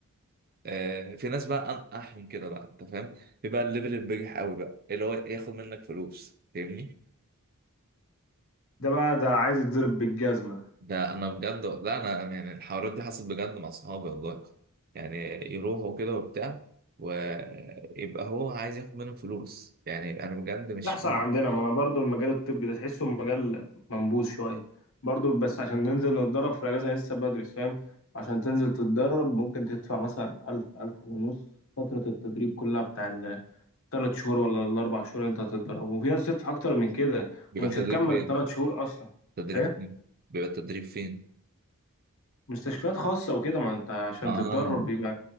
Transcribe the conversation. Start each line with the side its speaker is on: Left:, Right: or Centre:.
Right: آه في ناس بقى انقح من كده بقى انت فاهم بيبقى الليفل البجح قوي بقى اللي هو ياخد منك فلوس فاهمني
Left: ده بقى ده عايز يتضرب بالجزمة
Right: ده انا بجد لا انا يعني الحوارات دي حصلت بجد مع صحابي والله يعني يروحوا كده وبتاع ويبقى هو عايز ياخد منهم فلوس يعني انا بجد مش
Left: ده يحصل
Right: فاهم.
Left: عندنا ما انا برضو المجال الطبي ده تحسه مجال منبوذ شوية برضو بس عشان ننزل نتدرب في الأجازة لسه بدري فاهم عشان تنزل تتدرب ممكن تدفع مثلا ألف ألف ونص فترة التدريب كلها بتاع ال- التلات شهور ولا الأربع شهور اللي أنت هتتدرب وفي ناس تدفع أكتر من كده
Right: بيبقى
Left: ومش
Right: التدريب
Left: هتكمل
Right: فين؟
Left: التلات شهور أصلا
Right: التدريب
Left: إيه
Right: فين؟ بيبقى التدريب فين؟
Left: مستشفيات خاصة وكده ما أنت عشان
Right: اه
Left: تتدرب